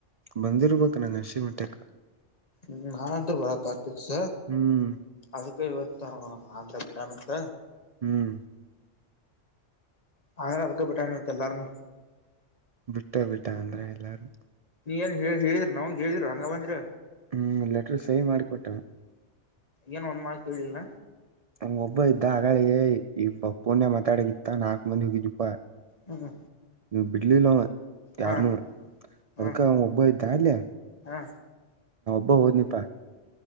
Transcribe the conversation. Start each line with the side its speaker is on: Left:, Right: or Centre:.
Right: ಬಂದಿರ್ಬೇಕ ನಂಗ ಹಂಸಿ ಮಟ್ಟಕ್ಕ.
Left: ಹ್ಮ್ ನಾನಟ್ರ ಬರ ತಾರ್ಪಕ್ಸ.
Right: ಹ್ಮ್
Left: ಅದಕ್ಕೆ ಇವತ್ತು ತರ ಆಂತ್ರ ಕಟಾನಂತ.
Right: ಹ್ಮ್
Left: ಆಂದ್ರೆ ಅದಕ ಬಿಟ್ಟಾನ ಇತ್ತ ಎಲ್ಲಾರನು.
Right: ಬಿಟ್ಟ ಬಿಟ್ಟ ಅಂದ್ರೆ ಎಲ್ಲಾರು.
Left: ನೀ ಏನ್ ಹೇಳ ಹೇಳಿದ್ರಿ ನವಂಗ ಹೇಳಿದ್ರರು ಹಂಗ ಬಂದ್ರಿ.
Right: ಹ್ಮ್ ಲೆಟರ್ ಸೈವ್ ಮಾಡಿಕೊಟ್ಟನ ‌.
Left: ಏನ ಒಂದ ಮಾತ್ ಕೇಳಿಲ್ಲ.
Right: ನಮ್ ಒಬ್ಬ ಇದ್ದ ಹಾಗಳಿಗೆ ಇಬ್ಬ ಪುಣ್ಯ ಮಾತಾಡಕ್ಕಿತ್ತ ನಾಕ್ ಮಂದಿ ಹೋಗಿದಪ್ಪಾ.
Left: ಹ್ಮ್
Right: ನೀ ಬಿಡ್ಲಿಲ್ಲ ಅವ ಯಾರನು
Left: ಹಾ ಹಾ
Right: ಅದಕ್ಕ ಅವ ಒಬ್ಬ್ದಾ ಅಲ್ಯ.
Left: ಹಾ
Right: ಬಹ ನಿಪಾಯ.